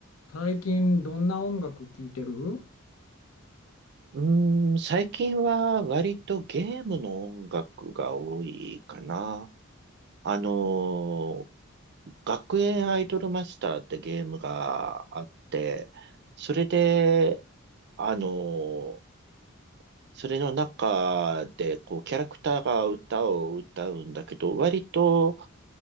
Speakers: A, on the left; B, on the right.
A: 最近どんな音楽聴いてる
B: うーん、最近は割とゲームの音楽が多いかな。あのー、学園アイドルマスターってゲームがあって、それで、あのー、それの中で、こう、キャラクターが歌を歌うんだけど、割と、